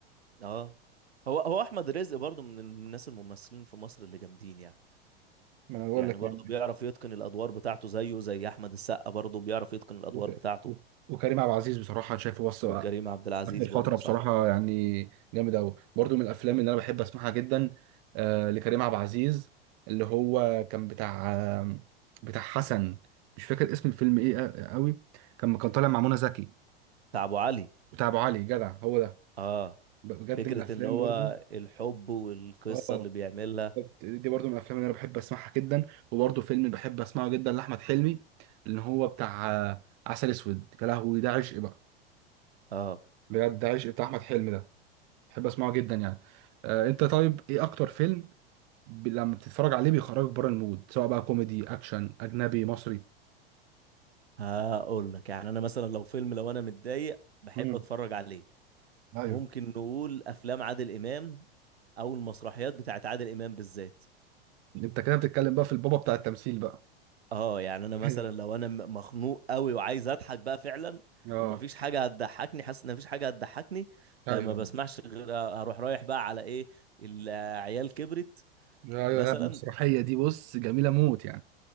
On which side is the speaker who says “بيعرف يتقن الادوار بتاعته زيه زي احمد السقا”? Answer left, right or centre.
Right